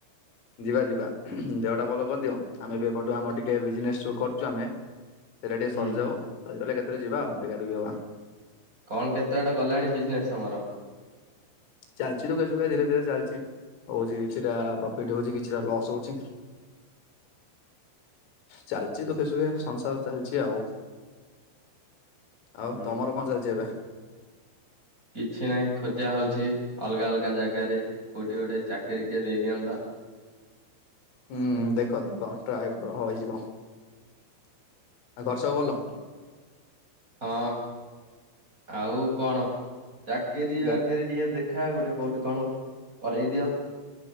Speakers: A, on the left; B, on the right.
A: ଯିବା ଯିବା ଦେହଟା ଭଲ କରିଦିଅ ଆମେ ବି ଏପଟୁ ଆମର ଟିକେ ବିଜନେସ ସୁ କରୁଛୁ ଆମେ ସେଇଟା ଟିକେ
B: ହୁଁ
A: ସରିଯାଉ ସରିଗଲେ କେତେରେ ଯିବା ଆଉ ଦେଖାଦଖି ହବା।
B: କଣ କେତେ ବାଟ ଗଲାଣି ବିଜନେସ ତମର?
A: ଚାଲିଛି ଦୁଃଖେ ସୁଖେ ଧୀରେ ଧୀରେ ଚାଲିଛି ହଉଛି କିଛିଟା ପ୍ରଫି ଟ ହଉଛି କିଛିଟା ଲସ୍ ହଉଛି। ଚାଲିଚି ଦୁଃଖେ ସୁଖେ ସଂସାର ଚାଲିଛି ଆଉ ଆଉ
B: ହୁଁ
A: ତମର କଣ ଚାଲିଛି ଏବେ?
B: କିଛି ନାହିଁ ଖୋଜା ହଉଛି ଅଲଗା ଅଲଗା ଜାଗାରେ କୋଉଠି ଗୋଟେ ଚାକିରି କିଏ ଦେଇ ଦିଅନ୍ତା?
A: ହୁଁ ଦେଖ ଦେଖ ଟ୍ରାଏ କର ହଁ ହେଇଯିବ ଆଉ ଘରେ ସବୁ ଭଲ?
B: ହଁ ଆଉ କଣ ଚାକିରି
A: ଗା
B: ବାକିରି ଟିକେ ଦେଖା ଗୋଟେ କୋଉଠି କଣ କରେଇ ଦିଅ?